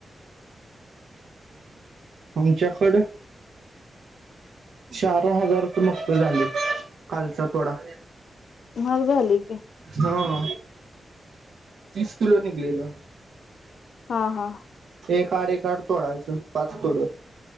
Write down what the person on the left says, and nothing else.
महाग झाली की
हा हा